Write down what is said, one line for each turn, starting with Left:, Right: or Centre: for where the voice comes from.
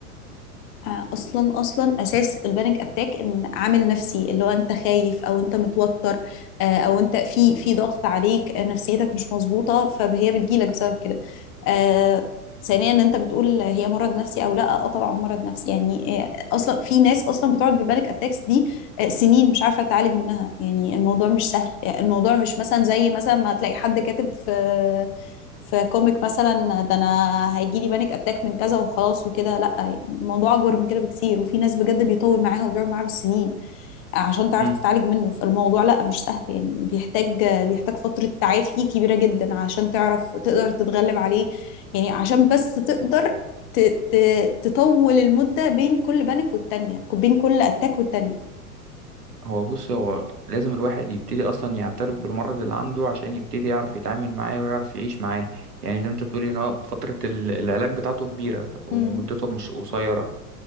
Left: آه، اصلا اصلا اساس البانيك اتاك ان عامل نفسي اللي هو انت خايف او انت متوتر آه، او انت في في ضغط عليك آه، نفسيتك مش مظبوطه فهي بتجيلك بسبب كده آه، ثانيا ان انت بتقول هي مرض نفسي او لا اه طبعا مرض نفسي يعني آه، اصلا في ناس اصلا بتقعد ببانيك اتاكس دي آه، سنين مش عارفه تعالج منها يعني الموضوع مش سهل آه، الموضوع مش مثلا زي مثلا ما تلاقي حد كاتب في في كوميك مثلا ده انا هيجي لي بانيك اتاك من كذا وخلاص وكده لا يعني الموضوع اكبر من كده بكتير وفي ناس بجد بيطول معاها وبيقعد معاها بالسنين عشان تعرف
Right: امم
Left: تتعالج منه فالموضوع لا مش سهل يعني بيحتاج بيحتاج فترة تعافي كبيرة جدا عشان تعرف تقدر تتغلب عليه يعني عشان بس تقدر ت- ت- تطول المدة بين كل بانيك والتانية بين كل اتاك والتانية
Right: هو بص هو لازم الواحد يبتدي اصلا يعترف بالمرض اللي عنده عشان يبتدي يعرف يتعامل معاه ويعرف يعيش معاه يعني زي ما انت بتقولي ان هو فترة ال- العلاج بتاعته كبيرة ومدته
Left: مم.
Right: مش قصيرة